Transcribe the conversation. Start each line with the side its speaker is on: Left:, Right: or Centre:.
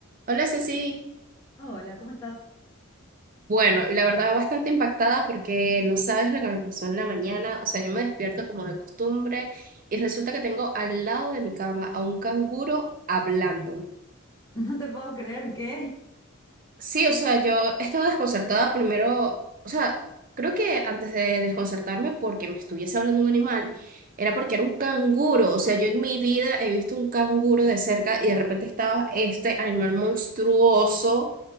Right: Hola Ceci,
Left: Hola, ¿cómo estás? <laughs>
Right: bueno, la verdad bastante impactada porque no sabes lo que me pasó en la mañana, o sea, yo me despierto como de costumbre y resulta que tengo al lado de mi cama a un canguro hablándome.
Left: No te puedo creer que,
Right: Sí, o sea, yo estaba desconcertada primero, o sea, creo que antes de desconcertarme porque me estuviese hablando un animal, era porque era un canguro, o sea, yo en mi vida he visto un canguro de cerca y de repente estaba este animal monstruoso